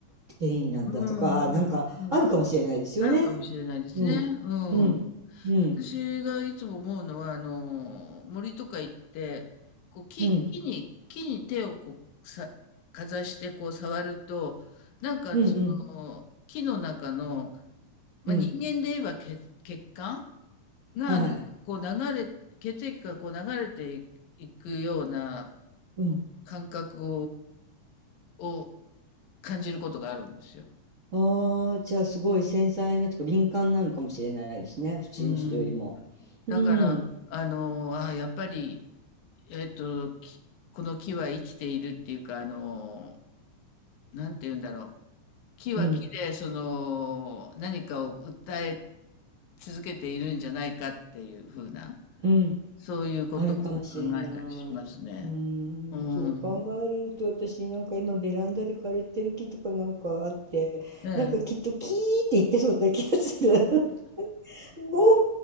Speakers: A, on the right; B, on the left.
A: 転移なんだとか、
B: うん、うん、
A: なんかあるかもしれないですよね。
B: うん。あるかもしれないですね。
A: うん。
B: うん。
A: うん。うん。
B: 私がいつも思うのは、あの、森とか行って、こう、木木に木に手をこう、
A: うん。
B: さかざしてこう触ると、なんか、
A: うんうん。
B: その、木の中の、まあ、
A: うん。
B: 人間で言えば血血管が、
A: はい。
B: なんかこう流れ血液がこう流れていくような
A: うん。
B: 感覚を感じることがあるんですよ。
A: ああ、じゃあすごい繊細なとか敏感なのかもしれないですね。普通の人よりも。
B: うん。
A: うん。
B: だから、あの、あ、やっぱり、えっと、この木は生きているっていうか、あの、なんて言うんだろう。木は木で、
A: うん。
B: その、何かを訴え続けているんじゃないかっていうふうな、
A: うん。
B: そういうことを考えたりしますね。
A: あるかもしれない。うーん。
B: うん。
A: そう考えると私なんか今ベランダで枯れてる木とかなんかあって、
B: ね
A: なんかきっとキーって言ってそうな気がする。<laughs> ご